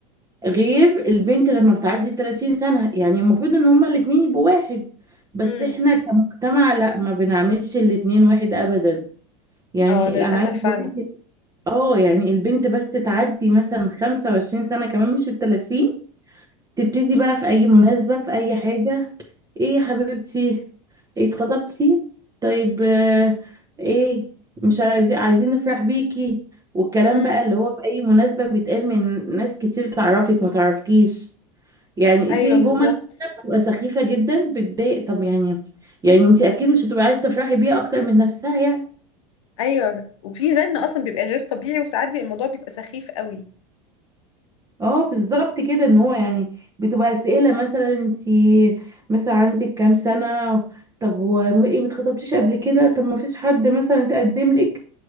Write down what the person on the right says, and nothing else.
غير البنت لما بتعدي 30 سنة يعني المفروض ان هما الاتنين يبقوا واحد بس
احنا كمجتمع لا ما بنعملش الاتنين واحد ابدا يعني
انا عايزة
اقول لك اه يعني البنت بس تعدي مثلا 25 سنة كمان مش ال 30 تبتدي بقى في اي مناسبة في اي حاجة ايه يا حبيبتي إيه اتخطبتي طيب آه، ايه مش عايزين عايزين نفرح بيكي والكلام
بقى اللي هو في اي مناسبة بيتقال من ناس كتير تعرفك ما تعرفكيش يعني
في
جمل كده بتبقى سخيفة جدا بتضايق طب يعني يعني انت اكيد مش هتبقى عايزة تفرحي بيها اكتر من نفسها يعني
اه بالظبط كده ان هو يعني بتبقى اسئله مثلا انت مثلا عندك كام سنه طب وايه ما اتخطبتيش قبل كده طب ما فيش حد مثلا اتقدم لك